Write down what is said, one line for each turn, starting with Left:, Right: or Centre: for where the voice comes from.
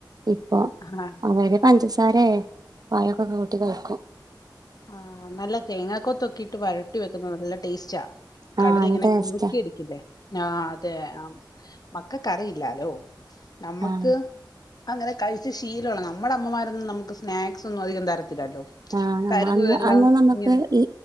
Right: ഇപ്പൊ
Left: ആഹ്
Right: അവരക്കെ പഞ്ചസാരയെ അയക്കെ കൂട്ടി കഴിക്കും.
Left: ആഹ് നല്ല തേങ്ങകൊത്തൊക്കെയിട്ട് വരട്ടി വെക്കുന്നത് നല്ല ടേസ്റ്റാ
Right: ആഹ്
Left: കടലിങ്ങനെ
Right: നല്ല ടേസ്റ്റാ
Left: കുറുക്കിരിക്കില്ലേ ആ അതെ ആ മക്കക്കറിയില്ലാലോ നമ്മക്ക്
Right: ആഹ്
Left: അങ്ങനെ കഴിച്ച് ശീലമാണ് നമ്മുടെ അമ്മമാരൊന്നും നമുക്ക് സ്നാക്സ് ഒന്നും അധികം തരത്തില്ലല്ലോ
Right: ആഹ് നമ്മ
Left: കരുതും
Right: അന്ന്
Left: എല്ലാം
Right: അന്ന് നമ്മക്ക്
Left: ഇങ്ങനെ
Right: ഈ